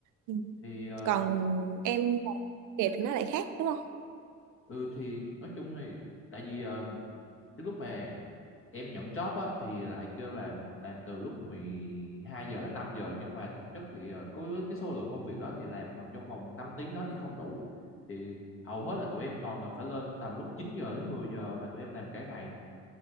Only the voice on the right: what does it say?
Ừ
còn em đẹp thì nó lại khác đúng không